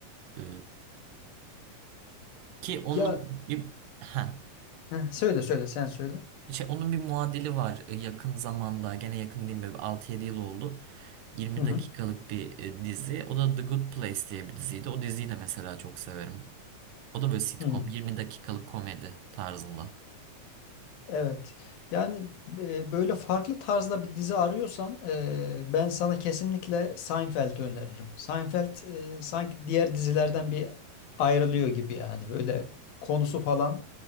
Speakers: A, on the right; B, on the left.
A: Ee, ki onun
B: Ya
A: bir ha
B: Heh, söyle söyle sen söyle.
A: şey onun bir muadili var Ee, yakın zamanda gene yakın değil mi 6-7 yıl oldu. 20
B: Hı hı.
A: dakikalık bir e, dizi. O da The Good Place diye bir diziydi. O diziyi de mesela çok severim. O da böyle sitcom,
B: Hı.
A: 20 dakikalık komedi tarzında.
B: Evet. Yani e, böyle farklı tarzda bir dizi arıyorsan e, ben sana kesinlikle Seinfeld'i öneririm. Seinfeld e, sanki diğer dizilerden bir ayrılıyor gibi yani. Böyle konusu falan